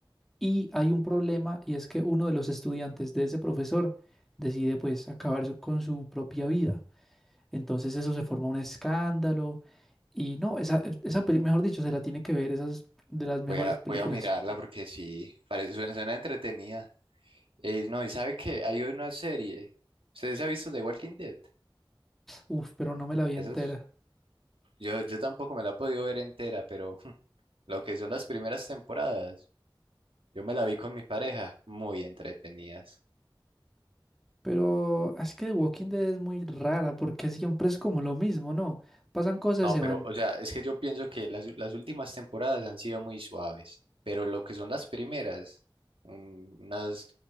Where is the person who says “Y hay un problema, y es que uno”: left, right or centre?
Centre